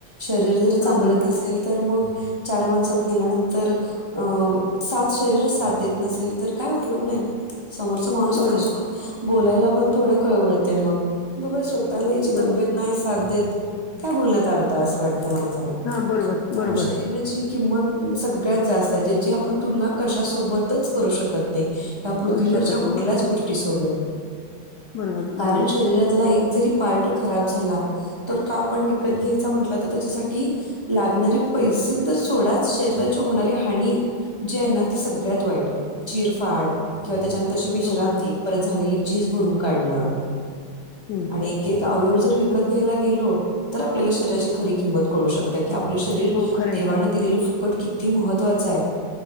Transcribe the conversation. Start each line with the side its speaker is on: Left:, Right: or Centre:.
Right: शरीर जर चांगलं
Left: हां. बरोबर,
Right: नसेल तर मग चार माणसात गेल्यानंतर अ साथ शरीरच साथ देत नसेल तर काय उपयोग नाही ना समोरचा माणूस
Left: बरोबर,
Right: आपल्यासोबत बोलायला पण थोडं कळवळतय मग बाबा स्वतःला हिची
Left: बरोबर.
Right: तब्येत नाही साथ देत काय बोलण्यात अर्थ आहे असं वाटतं माणसं
Left: हां, बरोबर,
Right: त्यामुळे
Left: बरोबर.
Right: शरीराची किंमत सगळ्यात जास्त आहे ज्याची आपण तुलना कशासोबतच करू शकत नाही या पृथ्वीवरच्या
Left: करू शकत
Right: कुठल्याच
Left: नाही. बरोबर,
Right: गोष्टी सोबत
Left: बरोबर,
Right: कारण
Left: बरोबर.
Right: शरीरातला एक जरी पार्ट खराब झाला तर तो आपण विकत घ्यायचा म्हंटला तर त्याच्यासाठी लागणारे पैसे तर सोडाच शरीराची होणारी हानी जे आहे ना तेी सगळ्यात वाईट चिरफाड किंवा त्याच्यानंतरची विश्रांती
Left: हो, बरोबर.
Right: परत झालेली झीज भरून काढणं
Left: हम्
Right: आणि एक एक अवयव जर विकत घ्यायला गेलो तर आपल्याला शहराची खरी किंमत कळू शकते की आपलं शरीर
Left: हो, खरं
Right: देवानं
Left: आहे,
Right: दिलेलं फुकट किती महत्त्वाचं आहे